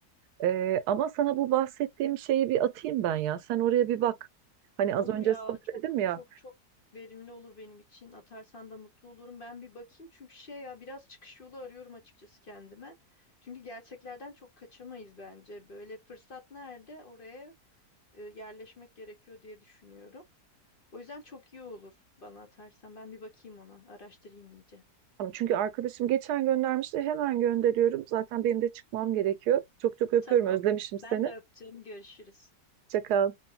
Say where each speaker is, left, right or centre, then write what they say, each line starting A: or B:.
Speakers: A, on the right (about 85°); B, on the left (about 45°).
A: Ee, ama sana bu bahsettiğim şeyi bir atayım ben ya. Sen oraya bir bak. Hani
B: Olur
A: az önce
B: ya
A: sana
B: çok
A: dedim ya.
B: çok çok verimli olur benim için. Atarsan da mutlu olurum. Ben bir bakayım çünkü şey ya biraz çıkış yolu arıyorum açıkçası kendime. Çünkü gerçeklerden çok kaçamayız bence. Böyle fırsat nerede oraya e, yerleşmek gerekiyor diye düşünüyorum. O yüzden çok iyi olur bana atarsan. Ben bir bakayım ona, araştırayım iyice.
A: Tamam, Çünkü arkadaşım geçen göndermişti. Hemen gönderiyorum. Zaten benim de çıkmam gerekiyor. Çok çok öpüyorum.
B: Tamam.
A: Özlemişim seni.
B: Ben de öptüm. Görüşürüz.
A: Hoşça kal.